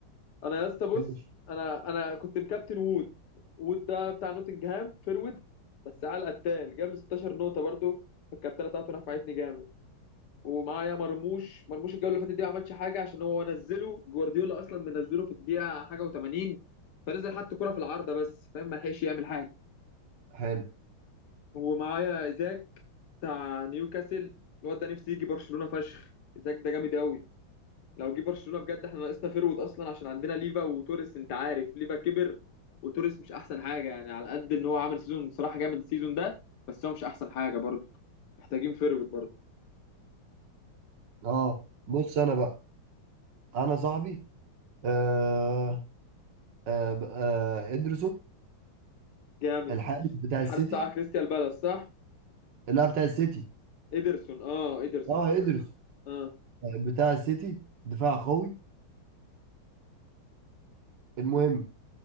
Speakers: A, on the left; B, on the right.
A: انا يا اسطى بص
B: ماشي
A: انا انا كنت مكابتن وود وود ده بتاع نوتنجهام فيرود بس على القتال جاب لي 16 نقطه برضه فالكابتنه بتاعته نفعتني جامد ومعايا مرموش مرموش الجوله اللي فاتت دي ما عملش حاجه عشان هو نزله جوارديولا اصلا منزله في الدقيقه حاجه و80 فنزل حط كره في العارضه بس فاهم ما لحقش يعمل حاجه
B: حلو
A: ومعايا ايزاك بتاع نيوكاسل الواد ده نفسي يجي برشلونه فشخ ايزاك ده جامد قوي لو جه برشلونه بجد احنا ناقصنا فيرود اصلا عشان عندنا ليفا وتوريس انت عارف ليفا كبر وتوريس مش احسن حاجه يعني على قد ان هو عامل سيزون بصراحه جامد السيزون ده بس هو مش احسن حاجه برضه محتاجين فيرود برضه
B: اه بص انا بقى انا صاحبي آه آه ب- آه ادرسون
A: جامد
B: الحارس بتاع
A: الحارس
B: السيتي
A: بتاع كريستيان بالاس صح
B: لا بتاع السيتي
A: إيدرسون اه إيدرسون
B: اه ادرسون
A: اه
B: بتاع السيتي دفاع قوي المهم